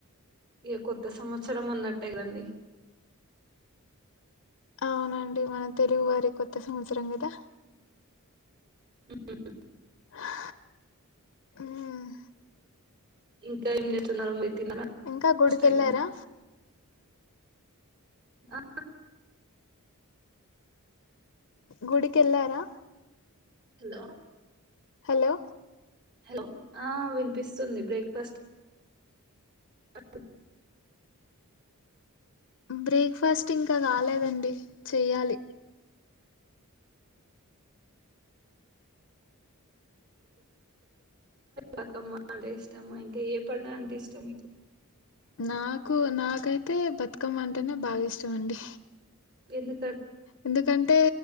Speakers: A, on the right; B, on the left.
A: ఇక కొత్త సంవత్సరం అన్నట్టే కదండి
B: అవునండి మన తెలుగు వారి కొత్త సంవత్సరం కదా
A: హ
B: హా ఉమ్
A: ఇంకా ఏం చేస్తున్నారు మీరు తిన్నారా
B: ఇంకా గుడికెళ్ళారా
A: ఫస్ట్ అయిందా ఆ
B: గుడికి ఏళ్ళారా
A: హలో
B: హలో
A: హలో ఆ వినిపిస్తుంది బ్రేక్ఫాస్ట్ అ
B: బ్రేక్ఫాస్ట్ ఇంకా కాలేదండి చెయ్యాలి
A: బతుకమ్మ అంటే ఇష్టమా ఇంకా ఏ పండు అంటే ఇష్టం
B: నాకు నాకైతే బతుకమ్మ అంటేనే బాగా ఇష్టం అండి
A: ఎది
B: ఎందుకంటే